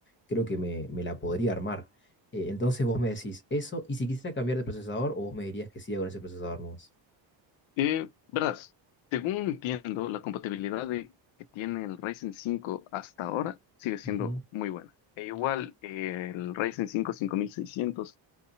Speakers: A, on the left; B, on the left.
A: creo que me, me la podría armar. Eh, entonces vos me decís eso, y si quisiera cambiar de procesador, o vos me dirías que siga con ese procesador nomás.
B: Eh, verás, según entiendo, la compatibilidad de, que tiene el Ryzen 5 hasta ahora sigue siendo
A: Ujú,
B: muy buena. E igual, eh, el Ryzen cinco cinco mil seiscientos